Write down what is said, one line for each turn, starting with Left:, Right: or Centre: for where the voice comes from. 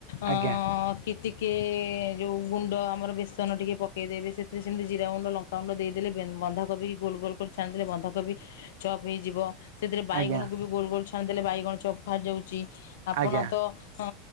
Left: ଅ
Right: ଆଜ୍ଞା
Left: ଟିକେ ଯଉ ଗୁଣ୍ଡ ଆମର ବେସନ ଟିକେ ପକେଇଦେବେ, ସେଥିରେ ସେମିତି ଜିରା ଗୁଣ୍ଡ ଲଙ୍କାଗୁଣ୍ଡ ଦେଇଦେଲେ ବେ ବନ୍ଧାକୋବିକୁ ଗୋଲ୍ ଗୋଲ୍ କରି ଛାଣିଦେଲେ ବନ୍ଧାକୋବି ଚପ୍ ହେଇଯିବ ସେଥିରେ
Right: ଆଜ୍ଞା
Left: ବାଇଗଣକୁ ବି ଗୋଲ୍ ଗୋଲ୍ ଛାଣିଦେଲେ ବାଇଗଣ ଚପ୍ ବାହାରିଯାଉଛି। ଆପଣ
Right: ଆଜ୍ଞା
Left: ତ ଅ